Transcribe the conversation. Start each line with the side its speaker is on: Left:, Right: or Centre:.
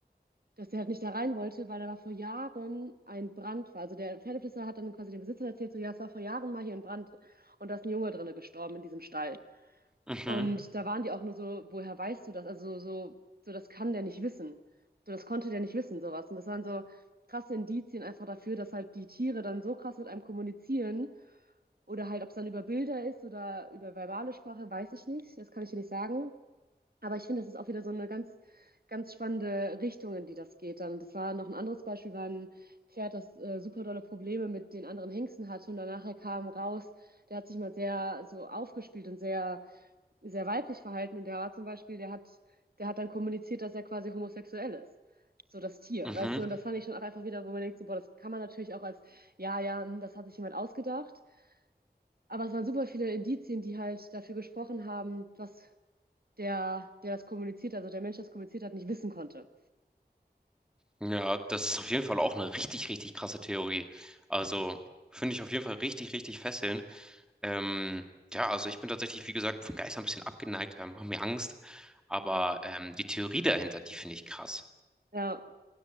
Right: dass der halt nicht da rein wollte, weil da war vor Jahren ein Brand war. Also der Pferdeflüsterer hat dann quasi dem Besitzer erzählt, so ja, es war vor Jahren mal hier ein Brand und da ist ein Junge drinne gestorben in diesem Stall.
Centre: Mhm,
Right: Und da waren die auch nur so, woher weißt du das? Also so, so das kann der nicht wissen. So, das konnte der nicht wissen, sowas. Und das waren so krasse Indizien einfach dafür, dass halt die Tiere dann so krass mit einem kommunizieren. Oder halt, ob es dann über Bilder ist oder über verbale Sprache, weiß ich nicht. Das kann ich dir nicht sagen. Aber ich finde, das ist auch wieder so eine ganz, ganz spannende Richtung, in die das geht dann. Das war noch ein anderes Beispiel, war ein Pferd, das äh, super dolle Probleme mit den anderen Hengsten hatte. Und danach kam raus, der hat sich mal sehr so aufgespielt und sehr sehr weiblich verhalten und der war zum Beispiel, der hat, der hat dann kommuniziert, dass er quasi homosexuell ist. So das Tier,
Centre: mhm.
Right: weißt du, und das fand ich schon auch einfach wieder, wo man denkt, so, boah, das kann man natürlich auch als, ja, ja, hm, das hat sich jemand ausgedacht. Aber es waren super viele Indizien, die halt dafür gesprochen haben, was der, der das kommuniziert, also der Mensch, der das kommuniziert hat, nicht wissen konnte.
Centre: Ja, das ist auf jeden Fall auch eine richtig, richtig krasse Theorie. Also finde ich auf jeden Fall richtig, richtig fesselnd. Ähm, ja, also ich bin tatsächlich, wie gesagt, von Geistern ein bisschen abgeneigt, haben, haben mir Angst. Aber
Right: Ja,
Centre: ähm, die Theorie dahinter, die finde ich krass.
Right: ja,